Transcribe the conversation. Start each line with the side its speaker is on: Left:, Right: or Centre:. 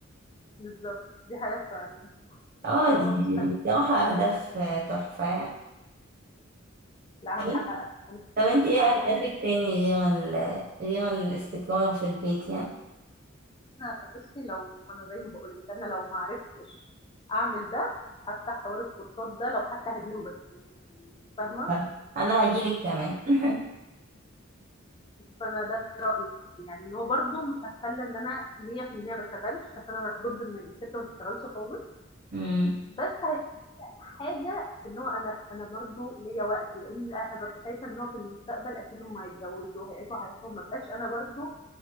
Left: بالظبط دي حاجه فعلا
Right: اه
Left: ما
Right: دي
Left: هو مستحيل
Right: بصراحة اهداف آه، تحفة يعني
Left: لا
Right: طب
Left: هنحققها
Right: انت طب انت ايه
Left: احنا
Right: اهدافك تاني غير ال... غير الاستقرار في البيت يعني
Left: هنحققها بصي لو انا زي ما بقول لك انا لو ما عرفتش اعمل ده هفتح حوار الكورسات ده لو حتى هديره بس فاهمه
Right: لا، انا هجيلك كمان <laughs>
Left: فانا ده رايي يعني ان هو برده مش هتخلى ان انا 100% ما اشتغلش عشان انا ضد ان الست ما تشتغلش خالص
Right: مم.
Left: بس هي حاجه ان هو انا انا برده ليا وقتي لان أنا ببقى شايفه ان هو في المستقبل اكيد هم هيتجوزوا وهيعيشوا حياتهم ما بقاش انا برده